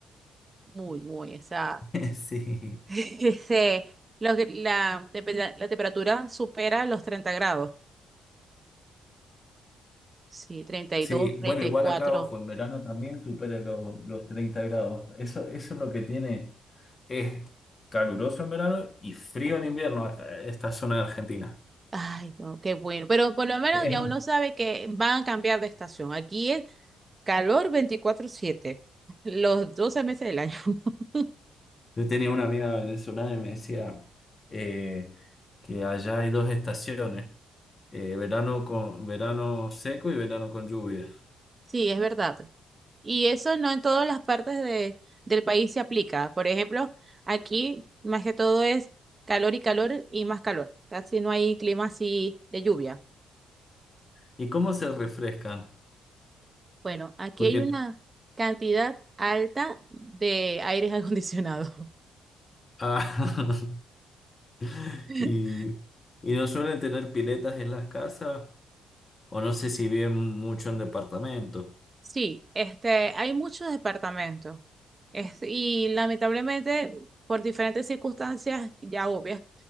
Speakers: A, on the right; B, on the left.
A: Muy, muy, o sea,
B: <laughs> Sí,
A: <laughs> este, lo que- la, tepe- la, la temperatura supera los 30 grados. Sí, treinta treinta
B: sí,
A: y dos treinta
B: bueno, igual
A: y cuatro
B: acá, ojo, en verano también supera los, los 30 grados. Eso, eso es lo que tiene. Es caluroso en verano y frío en invierno, eh, esta zona de Argentina.
A: Ay, no, qué bueno. Pero por lo menos
B: Es
A: ya
B: más,
A: uno sabe que van a cambiar de estación. Aquí es calor veinticuatro siete <laughs> los 12 meses del año. <laughs>
B: yo tenía una amiga venezolana y me decía eh, que allá hay dos estaciones, eh, verano con, verano seco y verano con lluvia.
A: Sí, es verdad. Y eso no en todas las partes de, del país se aplica. Por ejemplo, aquí más que todo es calor y calor y más calor. Casi no hay clima así de lluvia.
B: ¿Y cómo se refrescan?
A: Bueno, aquí
B: Porque
A: hay una cantidad alta de aires acondicionados.
B: ah, <laughs>
A: <laughs>
B: y, y no suelen tener piletas en las casas. O no sé si viven mucho en departamentos.
A: Sí, este, hay muchos departamentos. Es- y lamentablemente, por diferentes circunstancias ya obvias,